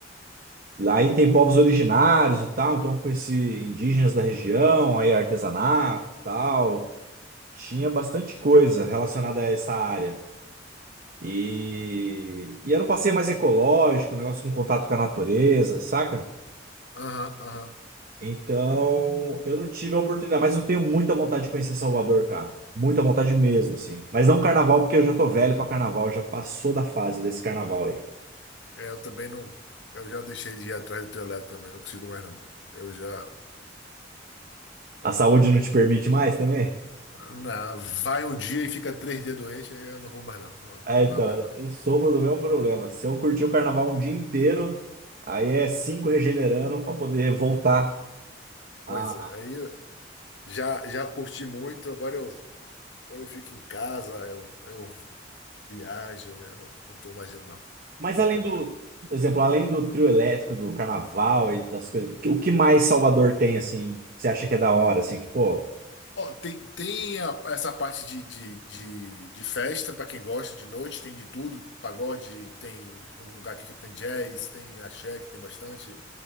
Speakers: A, on the right; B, on the left.
A: Lá aí tem povos originários e tal, então eu conheci indígenas da região, aí artesanato e tal. Tinha bastante coisa relacionada a essa área. E, e era um passeio mais ecológico, um negócio com contato com a natureza, saca?
B: Aham, aham.
A: Então eu não tive a oportunidade, mas eu tenho muita vontade de conhecer Salvador, cara. Muita vontade mesmo, assim. Mas não carnaval, porque eu já tô velho pra carnaval, já passou da fase desse carnaval aí.
B: É, eu também não. Eu já deixei de ir atrás do teu lado também, não consigo mais não. Eu já.
A: A saúde não te permite mais também?
B: Não, vai um dia e fica três dias doente, aí eu não vou mais não. Não, não
A: É, então,
B: dá mais não.
A: eu sofro do mesmo problema. Se eu curtir o carnaval um dia inteiro, aí é cinco regenerando para poder voltar
B: Pois
A: a.
B: é, aí eu já, já curti muito, agora eu, ou eu fico em casa, eu, eu viajo, eu não, não tô mais indo não.
A: Mas
B: Dá
A: além
B: pra mim
A: do,
B: não.
A: por exemplo, além do trio elétrico, do carnaval e das coisas, o que o que mais Salvador tem, assim, que você acha que é da hora, assim, que, pô.
B: Ó, tem, tem a- essa parte de, de, de, de festa para quem gosta de noite, tem de tudo, pagode, tem um lugar aqui que tem jazz, tem axé, que tem bastante.